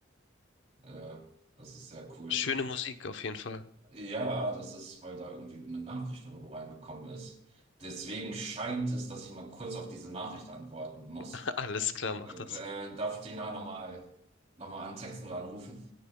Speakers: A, on the right; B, on the left.
A: äh, das ist sehr cool.
B: Schöne Musik auf jeden Fall.
A: Ja, das ist, weil da irgendwie eine Nachricht irgendwo reingekommen ist. Deswegen scheint es, dass ich mal kurz auf diese Nachricht antworten muss.
B: <laughs> Alles klar, mach
A: Äh,
B: das.
A: äh, darf ich den da nochmal noch mal antexten oder anrufen?